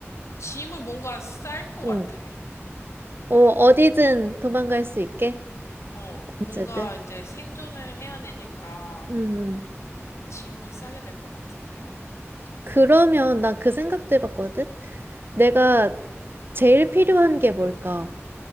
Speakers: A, on the left (about 75°); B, on the right (about 45°).
A: 짐을 뭔가 쌀 것
B: 응.
A: 같아.
B: 어, 어디든 도망갈 수 있게.
A: 어,
B: 언제든.
A: 뭔가 이제 생존을 해야 되니까
B: 음.
A: 짐을 싸게 될 것 같은데.
B: 그러면 난 그 생각도 해봤거든? 내가 제일 필요한 게 뭘까?